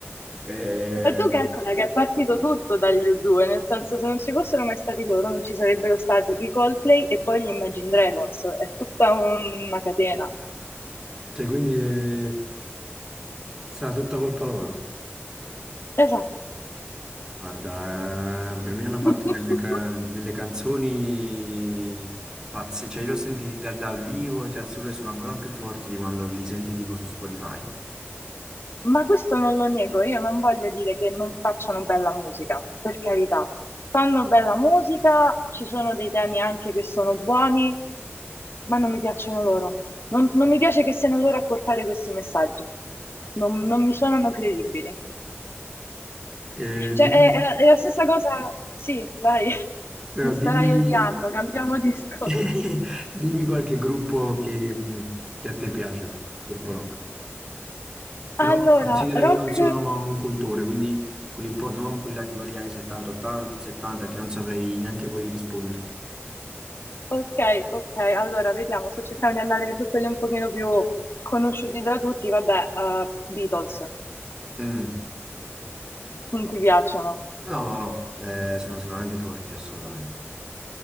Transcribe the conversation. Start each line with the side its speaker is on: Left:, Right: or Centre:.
Right: Eh,
Left: Ma tu calcola che è partito tutto dagli U2, nel senso se non ci fossero mai stati loro non ci sarebbero stati i Coldplay e poi gli Imagine Dragons, è tutta una catena.
Right: cioè, quindi... eh, È stata tutta colpa loro.
Left: Esatto.
Right: Guarda, eh, per me hanno fatto
Left: <laughs>
Right: delle, ca- delle canzoni pazze, cioè io li ho sentiti da- dal vivo e ti assicuro che sono ancora più forti di quando li senti tipo su Spotify.
Left: Ma questo non lo nego, io non voglio dire che non facciano bella musica, per carità. Fanno bella musica, ci sono dei temi anche che sono buoni, ma non mi piacciono loro. Non, non mi piace che siano loro a portare questi messaggi. Non, non mi suonano credibili.
Right: Eh,
Left: Cioè,
Right: dimmi,
Left: è, è la è la stessa cosa. Sì, vai, <laughs>
Right: no,
Left: mi starai
Right: dimmi,
Left: odiando, cambiamo discorso.
Right: <laughs> dimmi qualche gruppo che, mh, che a te piace, gruppo rock. Però
Left: Allora,
Right: considera
Left: rock.
Right: che io non sono un cultore, quindi quelli un po', no, quelli là tipo degli anni 70, 80, 70 che non saprei neanche poi risponderti.
Left: Ok, ok, allora vediamo, sto cercando di andare su quelli un pochino più conosciuti da tutti, vabbè, eh, Beatles,
Right: Mm.
Left: non ti piacciono?
Right: No, no, no, eh, sono sicuramente forti, assolutamente.